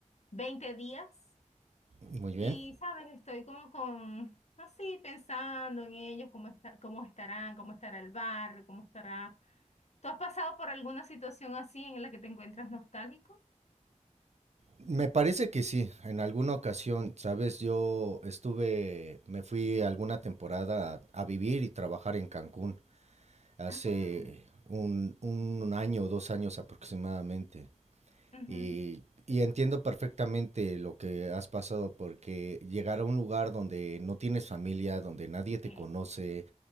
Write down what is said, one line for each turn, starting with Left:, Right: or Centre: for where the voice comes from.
Left: veinte días
Right: muy
Left: Y,
Right: bien.
Left: sabes, estoy como con, así, pensando en ellos, cómo está, cómo estarán, cómo estará el barrio, cómo estará. ¿Tú has pasado por alguna situación así en la que te encuentras nostálgico?
Right: Me parece que sí, en alguna ocasión, sabes, yo estuve, me fui alguna temporada a, a vivir y trabajar en Cancún hace
Left: Ah,
Right: un, un año o dos años aproximadamente.
Left: ujú,
Right: Y, y entiendo perfectamente lo que has pasado porque llegar a un lugar donde no tienes familia, donde nadie te
Left: Sí,
Right: conoce,